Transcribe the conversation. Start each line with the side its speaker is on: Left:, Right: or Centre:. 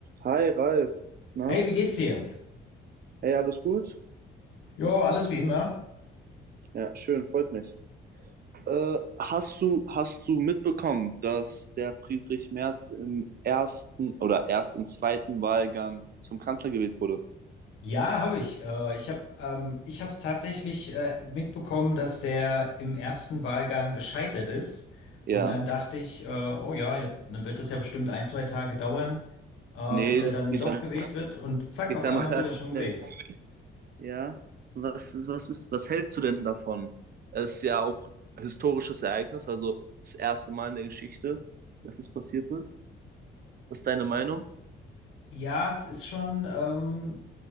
Right: Hi Ralf, na?
Left: Hey, wie geht's dir?
Right: Hey, alles gut?
Left: Ja, alles wie immer.
Right: Ja, schön, freut mich. Äh, hast du, hast du mitbekommen, dass der Friedrich Merz im ersten oder erst im zweiten Wahlgang zum Kanzler gewählt wurde?
Left: Ja, habe ich. Äh, ich habe ähm, ich habe es tatsächlich äh, mitbekommen, dass der im ersten Wahlgang gescheitert ist.
Right: Ja.
Left: Und dann dachte ich, äh, oh ja, ja, dann wird das ja bestimmt ein, zwei Tage dauern, äh,
Right: Nee,
Left: bis er
Right: das
Left: dann
Right: geht
Left: doch
Right: dann,
Left: gewählt wird. Und zack,
Right: das geht
Left: auf
Right: dann
Left: einmal
Right: <laughs> relativ
Left: wurde er schon
Right: schnell.
Left: gewählt.
Right: Ja. Was, was ist, was hältst du denn davon? Es ist ja auch historisches Ereignis, also das erste Mal in der Geschichte, dass es passiert ist. Was ist deine Meinung?
Left: Ja, es ist schon ähm,